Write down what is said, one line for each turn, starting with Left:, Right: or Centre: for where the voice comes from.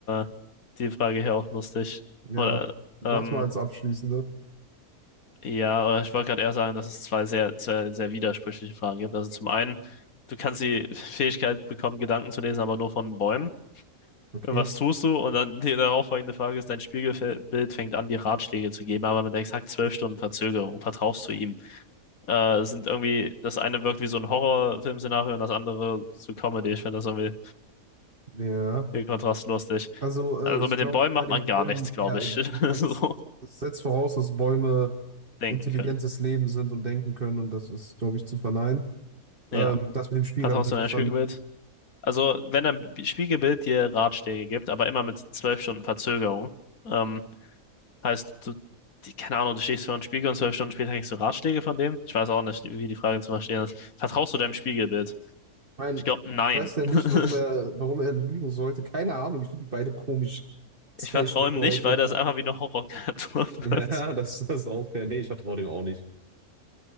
Left: äh, die Frage hier auch lustig.
Right: ja,
Left: Oder,
Right: mach's
Left: ähm,
Right: mal als abschließende.
Left: ja, oder ich wollte gerade eher sagen, dass es zwei sehr, sehr, sehr widersprüchliche Fragen gibt. Also zum einen, du kannst die Fähigkeit bekommen, Gedanken zu lesen, aber nur von Bäumen.
Right: Okay.
Left: Was tust du? Und dann die darauffolgende Frage ist, dein Spiegelbild fängt an, dir Ratschläge zu geben, aber mit exakt zwölf Stunden Verzögerung vertraust du ihm. Äh, sind irgendwie, das eine wirkt wie so ein Horrorfilmszenario und das andere so Comedy. Ich finde das irgendwie
Right: Ja.
Left: Den Kontrast lustig.
Right: Also,
Left: Also
Right: äh, ich
Left: mit
Right: glaube,
Left: den Bäumen
Right: bei
Left: macht
Right: den
Left: man
Right: Bäumen,
Left: gar nichts, glaube
Right: ja,
Left: ich.
Right: du
Left: <laughs>
Right: kannst,
Left: So
Right: das setzt voraus, dass Bäume
Left: denken
Right: intelligentes
Left: können.
Right: Leben sind und denken können, und das ist, glaube ich, zu verneinen.
Left: Ja.
Right: Ähm, das mit dem Spiegel
Left: Vertraust
Right: habe ich nicht
Left: du
Right: verstanden.
Left: dein Spiegelbild?
Right: Ich
Left: Also, wenn dein B- Spiegelbild dir Ratschläge gibt, aber immer mit zwölf Stunden Verzögerung, ähm, heißt, du, die, keine Ahnung, du stehst vor einem Spiegel und zwölf Stunden später kriegst du Ratschläge von dem? Ich weiß auch nicht, wie die Frage zu verstehen ist. Vertraust du deinem Spiegelbild?
Right: mein,
Left: Ich glaube, nein.
Right: ich weiß ja
Left: <laughs>
Right: nicht, warum er, warum er lügen sollte. Keine Ahnung, ich finde die beide komisch. <laughs> Zeichen
Left: Ich vertraue
Right: für
Left: ihm nicht,
Right: heute.
Left: weil das einfach wie eine Horrorkreatur
Right: Ja,
Left: <laughs> wird.
Right: das, das ist auch fair. Nee, ich vertraue dem auch nicht.